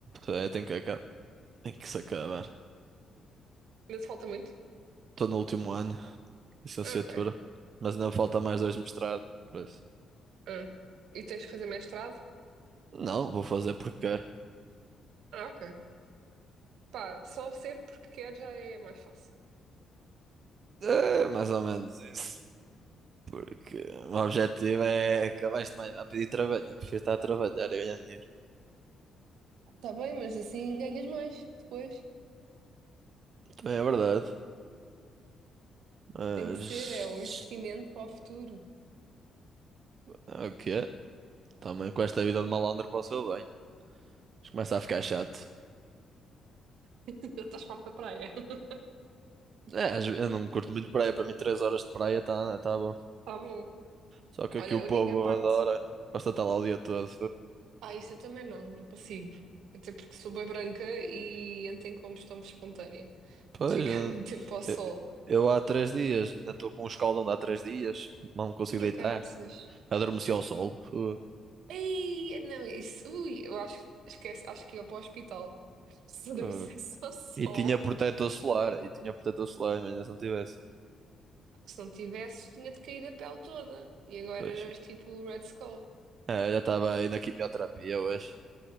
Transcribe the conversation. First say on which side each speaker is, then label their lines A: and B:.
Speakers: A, on the right; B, on the right.
A: É, tem que acabar. Tem que se acabar.
B: Ainda te falta muito?
A: Estou no último ano. licenciatura.
B: Ah, Ok.
A: Mas ainda falta mais dois mestrado. Por isso.
B: Ah. E tens que fazer mestrado?
A: Não, vou fazer porque quero.
B: Ah, ok. Pá, só ser porque quer já é mais fácil.
A: É mais ou menos isso. Porque o objetivo é acabar isto mais rápido e trabalhar. Eu Prefiro estar a trabalhar e ganhar dinheiro.
B: Tá bem, mas assim ganhas mais depois.
A: Também é verdade. Mas.
B: Tem que ser, é um investimento para o futuro.
A: É, é o que é. Também com esta vida de malandro para o bem. Mas começa a ficar chato.
B: <laughs> Já estás farta da praia. <laughs>
A: É, às ve- eu não curto muito praia. Para mim, 3 horas de praia tá tá bom.
B: Tá bom.
A: Só que aqui
B: Olha,
A: o
B: a
A: povo
B: única parte
A: adora. Gosta de estar lá o dia todo.
B: Ah, isso eu também não, não consigo. Até porque sou bem branca e entro em combustão espontânea.
A: Pois,
B: De ficar
A: eh,
B: <laughs> muito tempo ao sol.
A: eu, eu há três dias, ainda estou com um escaldão de há três dias, não consigo
B: Ai,
A: deitar.
B: a caraças.
A: Adormeci ao sol. Fu-
B: Ei, não, isso. Ui, eu acho, esquece, acho que ia para o hospital. <laughs> Se adormecesse
A: eh,
B: ao sol.
A: E tinha protetor solar, e tinha protetor solar, imagina se não tivesse.
B: Se não tivesse, tinha-te caído a pele toda. E agora
A: Pois,
B: eras tipo o Red Skull.
A: é, já estava aí na quimioterapia hoje.